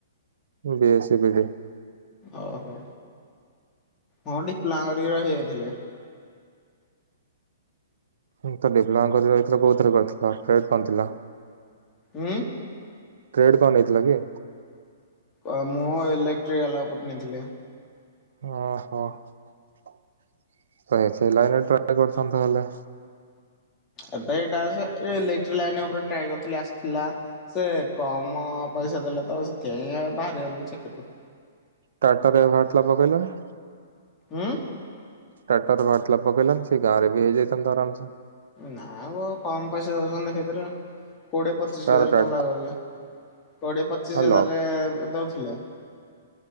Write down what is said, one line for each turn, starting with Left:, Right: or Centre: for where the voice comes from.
Right: ବି ଏସି ବିଡ଼ି।
Left: ଓହୋ, ହଁ ଡିପ୍ଲୋମା କରି ରହି ଯାଇଥିଲେ।
Right: ଉଁ ତ ଡିପ୍ଲୋମା କରି ରହିଥିଲ। କୋଉଥିରେ କରିଥିଲ? ଟ୍ରେଡ୍‌ କଣ ଥିଲା?
Left: ଉଁ?
Right: ଟ୍ରେଡ୍ କଣ ନେଇଥିଲ କି?
Left: ଓ ମୁଁ ଇଲେକ୍ଟ୍ରିକାଲ୍ ଓପରେ ନେଇଥିଲି।
Right: ଓହୋ ପ୍ରାୟ ସେ ଲାଇନ୍ ରେ ଟ୍ରାଏ କରିଥାନ୍ତ ହେଲେ।
Left: ଏବେ ଏଇଟା, ଆସେ ଇଲେକ୍ଟ୍ରି ଲାଇନ୍ ଓପରେ ଟ୍ରାଏ କରିଥିଲି ଆସିଥିଲା। ସେ କମ ପଇସା ଦେଲେ ତ ସେଥିପାଇଁ ଆ ବାହାରିଗଲି ଚାକିରୁ।
Right: ଟାଟାରେ ଏବେ ବାହାରିଥିଲା ପକେଇଲନି।
Left: ଉଁ?
Right: ଟାଟାରେ ବାହାରିଥିଲା ପକେଇଲନି। ସେଇ ଗାଁରେ ବି ହେଇଯାଇଥାନ୍ତା ଆରାମସେ।
Left: ନାଁ ମ କମ ପଇସା ଦଉଚନ୍ତି ହେଇଥିରେ। କୋଡ଼ିଏ ପଚିଶ
Right: କାର
Left: ହଜାର
Right: ଟା
Left: କଁ ଲା ରହିଅ? କୋଡ଼ିଏ ପଚିଶ ହଜାରରେ
Right: ଲଗ
Left: ଦଉଥୁଲେ।